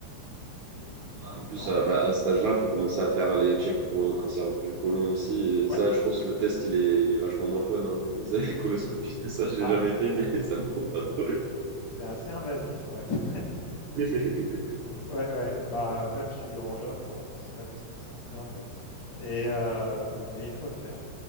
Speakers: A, on the left (about 50°); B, on the right (about 75°).
A: Et il me dit
B: Ah,
A: maintenant,
B: En plus, à,
A: et-
B: bah, à cet âge-là, il faut commencer à faire les checks pour euh, cancer du côlon aussi. Et
A: ouais,
B: ça, je pense que le test, il est, il est vachement moins fun. Hein. <laughs> C'est les coloscopies, tout ça, j'ai
A: ah,
B: jamais fait, mais <laughs> ça me prend pas trop.
A: c'est assez invasif, ouais. <laughs>
B: <laughs>
A: Ouais, ouais, ouais. Bah, même chez l'urologue pour la prostate, tu- c'est un peu invasif. Et, euh, mais il faut le faire.